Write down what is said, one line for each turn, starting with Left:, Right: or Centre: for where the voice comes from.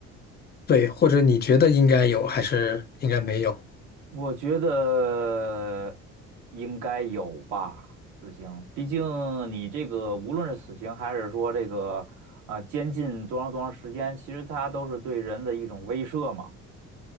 Left: 对，或者你觉得应该有还是应该没有？
Right: 我觉得应该有吧，死刑，毕竟你这个无论是死刑还是说这个啊、监禁多长多长时间，其实它都是对人的一种威慑嘛，